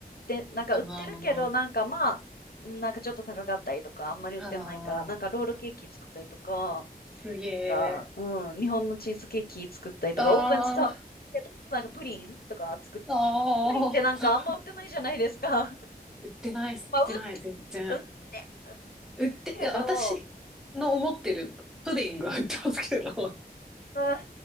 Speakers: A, on the left; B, in the centre.
A: て、なんか売ってるけど、
B: あの
A: なんかまあ、うんなんかちょっと高かったりとか、あんまり売ってないから、
B: ー、ああ、
A: なんかロールケーキ作ったりとか、
B: すげえ。
A: なんか、うん、日本のチーズケーキ作ったりとか、
B: あ
A: オーブン使うけど、なんかプリンとか作っ、
B: あ、
A: プリンってなんかあんま売ってないじゃないですか。
B: ああ。
A: <laughs>
B: 売ってないっす、
A: まあ、
B: 売ってない、
A: 売っ
B: 全然。
A: て、売ってる
B: 売って、
A: けど、
B: いや、私の思ってるプディングは売ってますけど、<laughs>
A: まあ、